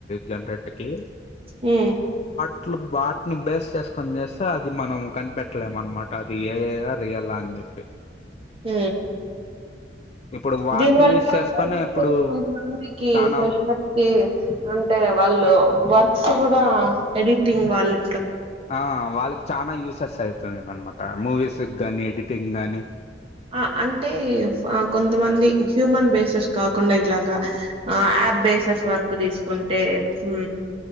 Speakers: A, on the left; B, on the right.
A: జనరేట్ర్కి
B: ఉ
A: అట్లు వాటిని బేస్ చేసుకొని చేస్తే అది మనం కనిపెట్టలేము అనమాట అది ఏఐ ఆ రియల్ అని చెప్పి
B: ఉ
A: ఇప్పుడు వాటిని
B: దీనివల్ల
A: యూస్ చేసుకొని
B: వర్క్
A: ఇప్పుడు
B: చేస్తున్న వారికి
A: చానా
B: ఫ్రెషర్స్ కి అంటే వాళ్ళు వర్క్స్ కూడా ఎడిటింగ్ వాళ్ళు
A: ఆ వాళ్ళకి చనాా యూసెస్ అవుతుంది అనమాట మూవీస్ గానీ ఎడిటింగ్ గాని
B: ఆ అంటే ఫా కొంతమంది హ్యూమన్ బేసెస్ కాకుండా ఇలాగా యా యాప్ బేసస్ వర్క్ తీసుకుంటే ఉ